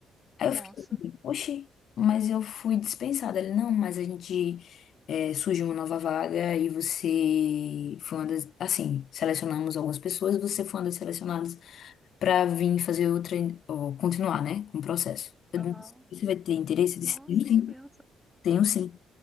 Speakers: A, on the left; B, in the centre.
A: Aí eu
B: Nossa,
A: fiquei assim, oxi, mas eu fui dispensada. Ele, não, mas a gente é, surgiu uma nova vaga e você foi uma das, assim, selecionamos algumas pessoas, você foi uma das selecionadas para vir fazer outra, ou continuar, né, com o processo. Eu
B: aham.
A: disse, você vai ter interesse? Eu
B: Nossa,
A: disse, tenho sim.
B: que bênção.
A: Tenho sim.